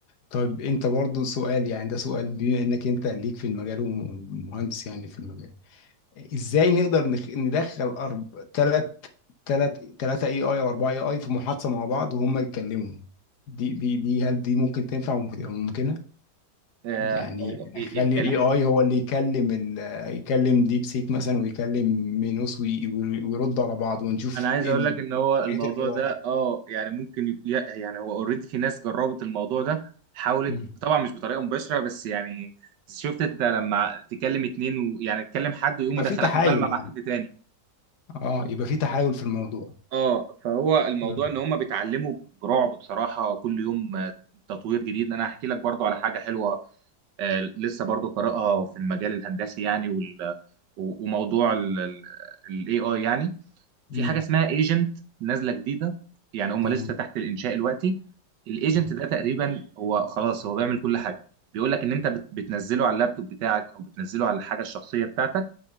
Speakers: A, on the left (about 70°); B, on the right (about 80°).
A: طيب انت برضو سؤال يعني ده سؤال بما انك انت ليك في المجال ومهندس يعني في المجال ازاي نقدر نخ... ندخل أرب... تلات تلات تلاتة اي اي او اربعة اي اي في محادثة مع بعض وهم يتكلموا دي دي دي هل دي ممكن تنفع وممكن- وممكنة
B: آه،
A: يعني
B: هو يتكلموا
A: اخلي الاي اي هو اللي يكلم ال... يكلم ديب سيك مثلا ويكلم مينوس وي... وي- ويرد على بعض ونشوف
B: انا عايز
A: ايه
B: اقول
A: ال-
B: لك ان هو
A: طريقة
B: الموضوع
A: الحوار
B: ده اه يعني ممكن يب... يع- يعني هو اوريدي في ناس جربت الموضوع ده حاولت
A: مم.
B: طبعا مش بطريقه مباشره بس يعني شفت انت لما تكلم اتنين ويعني تكلم حد ويقوم
A: يبقى
B: يدخلك
A: في تحايل
B: مكالمه مع
A: يعني
B: حد تاني
A: اه يبقى في تحايل في الموضوع
B: اه فهو الموضوع
A: مم.
B: ان هم بيتعلموا برعب بصراحه كل يوم آه، تطوير جديد انا هحكي لك برضو على حاجه حلوه آه، لسه برضو قارئها في المجال الهندسي يعني وال... و- وموضوع الاي اي يعني
A: مم.
B: في حاجه اسمها ايجنت نازله جديده يعني هم
A: تمام
B: لسه تحت الانشاء دلوقتي الايجنت
A: مم.
B: ده تقريبا هو خلاص هو بيعمل كل حاجه بيقول لك ان انت بت- بتنزله على اللابتوب بتاعك او بتنزله على الحاجه الشخصيه بتاعتك